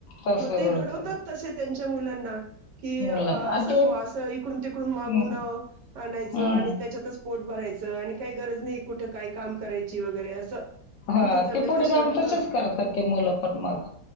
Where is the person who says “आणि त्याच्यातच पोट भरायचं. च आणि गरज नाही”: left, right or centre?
Right